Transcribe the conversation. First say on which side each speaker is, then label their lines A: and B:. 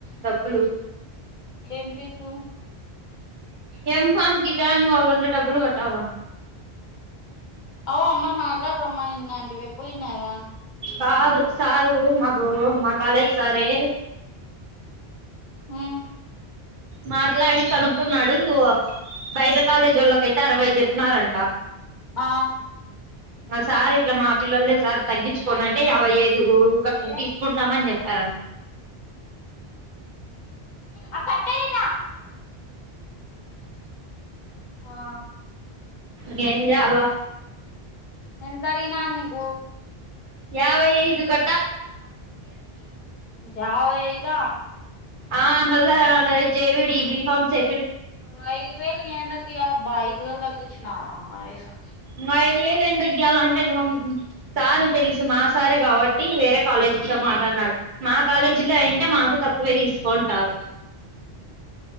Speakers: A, on the right; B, on the left.
A: డబ్బులు
B: ఏం ఫీసు
A: ఏం ఫామ్ గిజను అలున్న డబ్బులు కోట్లవ
B: ఓ అమ్మ మాట్లాడరమ్మాని నిన్న అంటివే పోయింన్నార
A: కాదు సారు మాకు మా కాలేజ్ సారే
B: మ్మ్
A: మాట్లాడి కనుక్కున్నాడు బయట కాలేజీల్లోకైతే అరవై చెప్ నారాంట
B: ఆ
A: ఆ సార్ ఇట్లా మా పిల్లలే సార్ తగ్గించుకోనంటే యాభై ఐ ఊక
B: ఏ
A: తీసుకుంటామని
B: కుట్టినాడా
A: చెప్పారం
B: ఆ కట్టె ఇక ఆ
A: గెంజలా
B: ఎంతడిగిన నీకు
A: యావైఐదు గ
B: జవైదా
A: ఆ మళ్ళ అ జేవిడి బీఫార్మ్ చె
B: ఐ వేలు ఏం తగ్గియాలబ్బ ఐదు వేలు తగ్గించినాడా ఐదు
A: ఇంకా ఐదు వేలు ఎం తగ్గియలంటే ఇంకా సారు తెలుసు మా సారే కాబట్టి వేరే కాలేజ్ ఇగ మాట్లాడినారు మా కాలేజీ లో అయింటే మాకు తక్కువే తీసుకోంటారు